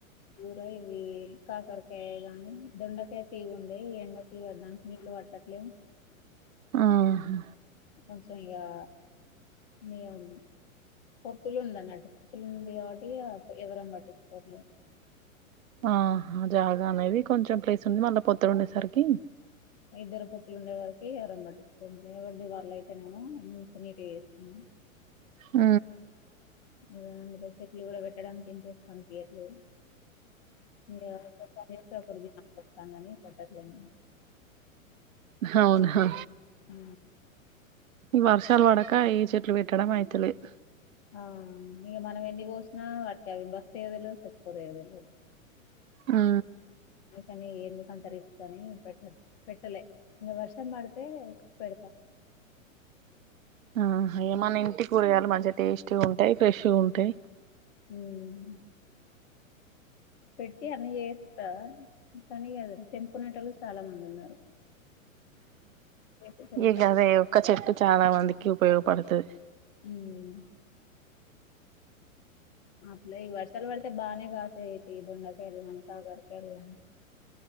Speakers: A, on the left; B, on the right.
A: కూర ఇవి కాకరకాయ గానీ దొండకాయ తీగుండే ఎండకి ఇగ దానికి నీళ్ళు పట్ట టట్లే
B: ఆహా
A: కొంచెం ఇగా మీ అవు పొత్తులు ఉంది అన్నట్టు పొత్తులు ఉంది కాబట్టి ఇగ ఎవరేం పట్టించుకోట్లే
B: ఆహా జాగా అనేది కొంచెం ప్లేస్ ఉంది మళ్ళా పొత్తడు ఉండేసరికి
A: ఇద్దరం కొడుకుల్ ఉండే వారికి ఎరంబట్టిస్తుంది ఎవరిది వాల్ అయితేనేమో మ <inaudible> నీటిగ చేస్తుము
B: ఊ
A: ఇగ అందులో చెట్లు కూడా పెట్టడానికి ఇంట్రెస్ట్ అనిపియట్లేద్ ఇగ ఒకరు పనిచేస్తే ఒకరు తినాల్సిస్తుందని <inaudible>
B: అవునా
A: ఊ
B: ఈ వర్షాలు బడక ఈ చెట్లు పెట్టడం అయితలేద్
A: ఆ ఇగ మనం ఎన్ని గోసినా వాటికి అవి బతుకుతాయో తెల్వద్ సచ్చిపోతాయో తెల్వద్
B: ఆ
A: అందుకనే ఎందుకుంత రిస్క్ అని పెట్ట పెట్టలే ఇంగ వర్షం పడితే పెడతాం
B: ఆ ఇగ మన ఇంటి కూరగాయలు మంచిగా టేస్ట్గా ఉంటాయ్ ఫ్రెష్యుగుంటాయ్
A: ఊమ్ పెట్టి అన్నీ జేస్తా కానీ యదు తెంపుకునేటోళ్లు చాలా మంది ఉన్నారు చేసేటోళ్ళు
B: ఇక
A: తక్కువ
B: అదే ఒక్క చెట్టు చాలా మందికి ఉపయోగపడుతది
A: ఊమ్ అప్లై ఈ వర్షలు పడితే బానే గాస్తాయ్ తీ దొండకాయలు గాని కాకరకాయలు గాని